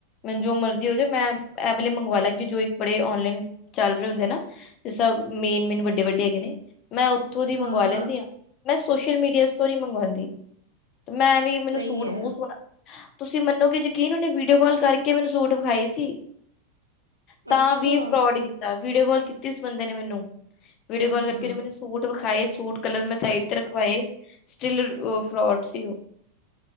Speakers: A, on the left; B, on the right.
A: ਮੈਨੂੰ ਜੋ ਮਰਜ਼ੀ ਹੋ ਜੇ ਮੈਂ ਇਹ ਵਲੇ ਮੰਗਵਾ ਲਾਂਗੀ ਜੋ ਇੱਕ ਬੜੇ ਔਨਲਾਈਨ ਚੱਲ ਰਹੇ ਹੁੰਦੇ ਨਾ ਜਿਸ ਤ ਮੇਨ ਮੇਨ ਵੱਡੇ ਵੱਡੇ ਹੈਗੇ ਨੇ ਮੈਂ ਉੱਥੋਂ ਦੀ ਮੰਗਵਾ
B: ਹਾਂ
A: ਲੈਂਦੀ
B: ਹਾਂ
A: ਆਂ, ਮੈਂ ਸੋਸ਼ਲ ਮੀਡੀਆਜ਼ ਤੋਂ ਨੀ ਮੰਗਵਾਉਂਦੀ। ਤੇ ਮੈਂ ਵੀ ਮੈਨੂੰ
B: ਸਹੀ
A: ਸੂਟ
B: ਹੈ
A: ਬਹੁਤ ਸੋਹਣਾ, ਤੁਸੀਂ ਮੰਨੋਗੇ ਯਕੀਨ ਉਹਨੇ ਵੀਡੀਓ ਕਾਲ ਕਰਕੇ ਮੈਨੂੰ ਸੂਟ। ਵਿਖਾਈ ਸੀ ਤਾਂ
B: ਅੱਛਾ
A: ਵੀ ਫਰੋਡ ਕੀਤਾ, ਵੀਡੀਓ ਕਾਲ ਕੀਤੀ ਉਸ ਬੰਦੇ ਨੇ ਮੈਨੂੰ ਵੀਡੀਓ
B: ਹਮ
A: ਕਾਲ ਕਰਕੇ ਮੈਨੂੰ ਸੂਟ ਵਿਖਾਏ ਸੂਟ ਕਲਰ ਮੈਂ ਸਾਈਡ ਤੇ ਰਖਵਾਏ, ਸਟਿਲ ਫਰੋਡ ਸੀ ਉਹ।